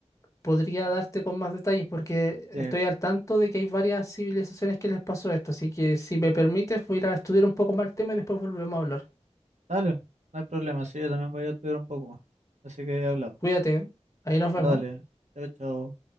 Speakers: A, on the left; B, on the right.
A: podría darte con más detalles porque
B: sí.
A: estoy al tanto de que hay varias civilizaciones que les pasó esto. Así que si me permites, voy a ir a estudiar un poco más el tema y después volvemos a hablar.
B: Dale, no hay problema, sí, yo también voy a estudiar un poco más. Así que hablamos.
A: Cuídate, ¿eh? Ahí nos
B: Ya
A: vemos.
B: dale, chao, chao.